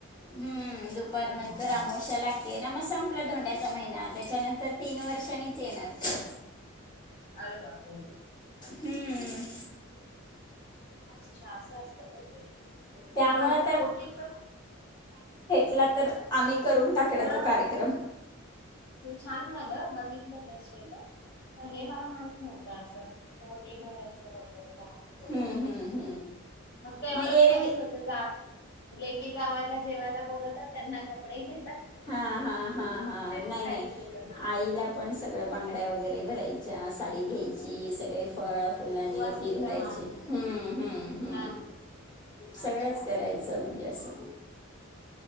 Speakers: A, on the left (about 20°); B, on the left (about 50°).
A: हम्म दुपार
B: हा
A: नंतर
B: हा हा
A: अमोश्या लागते ना मग संपलं धोंड्याचा महिना त्याच्यानंतर तीन वर्षांनीच येणार
B: अरे बापरे
A: हम्म
B: अच्छा असं असतं का ते
A: त्यामुळे
B: मला हे ओटीच
A: ला तर आम्ही करून टाकला
B: हा
A: तो कार्यक्रम
B: ते छान झालं बघितलं त्या स्टेलस हे मला माहत नव्हतं असं होटे भरायचं वगैरे त ते
A: हम्म, हम्म. हम्म.
B: फक्त एवढंच
A: मग एरवी
B: माहिती होत जा लेकीी जावायला जेवायला बोलवतात त्यांना कपडे घेत
A: हा हा हा हा नाही
B: माहिती
A: नाही
B: होतं फक्त
A: आईला पण सगळं बांगड्या वगैरे भरायच्या साडी घ्यायची सगळे फळ फुलांनी
B: सुवासनीचा
A: ओटी भरायची
B: मान
A: हम्म हम्म हम्
B: हा हा
A: सगळंच
B: अच्छा असं
A: करायचं
B: आहे
A: म्हणजे असं